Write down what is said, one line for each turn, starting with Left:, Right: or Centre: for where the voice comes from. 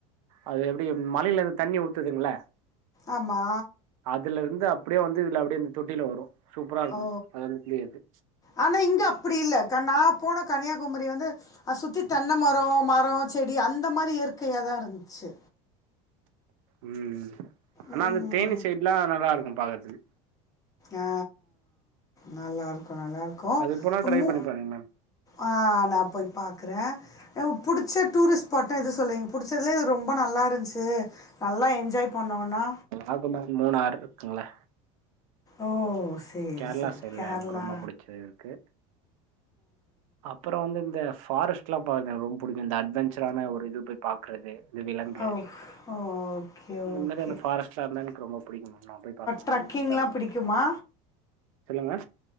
Right: அது எப்டி மலையிலருந்து தண்ணி ஊத்துதுங்ள
Left: ஆமா
Right: அதுலருந்து அப்டியே வந்து இதுல அப்டியே இந்த தொட்டில வரு சூப்பராருக்கு
Left: ஓ
Right: அது வந்து குளிக்கறது
Left: ஆனா இங்க அப்புடி இல்ல க நா போன கன்னியாகுமரி வந்து அ சுத்தி தென்ன மரோ மரோ செடி அந்த மாரி இயற்கையா தா இருந்துச்சு
Right: ம் ஆனா
Left: ம்
Right: அந்த தேனி சைடுல்லா நல்லாருக்கு பாக்கறதுக்கு
Left: ஆ நல்லாருக்கு நல்லாருக்கு
Right: அது போனா
Left: அ
Right: ட்ரை
Left: மூ
Right: பண்ணி பாருங்க மேம்
Left: ஆ நா போய் பாக்கறே ஏ புடுச்ச டூரிஸ்ட் ஸ்பாட்னா எது சொல்லுவீங்க புடுச்சதுலே இது ரொம்ப நல்லா இருந்துச்சு நல்லா என்ஜாய் பண்ணோனா
Right: ஆகம மூனாறு இருக்குங்ளா
Left: ஓ சரி
Right: கேரளா
Left: சரி
Right: சைட்ல
Left: கேரளா
Right: எனக்கு ரொம்ப புடுச்சு இருக்கு அப்றோ வந்து இந்த ஃபாரஸ்ட்லா பாக்கற ரொம்ப புடிக்கு இந்த அட்வெஞ்சரான ஒரு இது போய் பாக்கறது இந்த விலங்கு
Left: ஆ ஓகே
Right: அந்த
Left: ஓகே
Right: மரி அந்த ஃபாரஸ்டா இருந்தா எனக்கு ரொம்பபுடிக்கு மேம் நா போய் பாக்றதுக்கு
Left: ட்ரக்கிங்லாம்
Right: இன்டரஸ்ட்டா இருக்கு
Left: பிடிக்குமா
Right: எனக்கு சொல்லுங்க